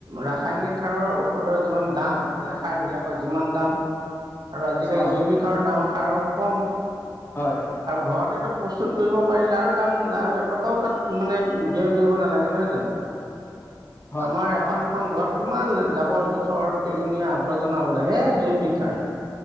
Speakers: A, on the right (about 60°); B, on the left (about 30°).
A: ৰাসায়নিক সাৰৰ ঔষধৰ যিমান দাম মানে সাৰ বিলাকৰ যিমান দাম আৰু আজিকালি
B: অ
A: জৈৱিক সাৰৰ দাম সাৰ কম
B: হয়
A: আৰু ঘৰতেতো প্ৰস্তুত কৰিব পাৰিলে আৰু দাম আৰু এটকাও তাত মানে ব্যয় কৰিব নালাগে নহয় জানো
B: <unintelligible>
A: আমাৰ এখন এখন ঘৰত কিমান জাবৰ জোথৰ পেলনীয়া আৱৰ্জনা ওলাই সে জৈৱিকাৰ